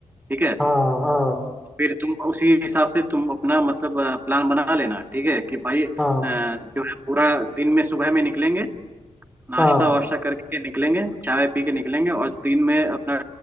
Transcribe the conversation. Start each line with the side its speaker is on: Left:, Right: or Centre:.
Right: ठीक है
Centre: हाँ हाँ
Right: फिर तुम उसी हिसाब से तुम अपना मतलब प्लान बना लेना ठीक है कि भाई अ,
Centre: हाँ
Right: जो है पूरा दिन में सुबह में निकलेंगे नाश्ता
Centre: हाँ
Right: वाश्ता करके निकलेंगे चाय पी के निकलेंगे और दिन में अपना